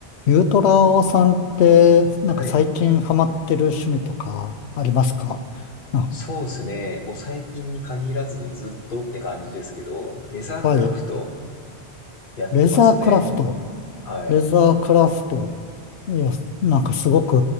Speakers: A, on the left; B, on the left.
A: ゆうトラオさんって、なんか最近ハマってる趣味とかありますかあ、
B: はい。そうですね。もう最近に限らずずっとって感じですけど、レザークラフト
A: はい。
B: やってますね。
A: レザークラフト。
B: はい。
A: レザークラフト。いや、なんかすごく、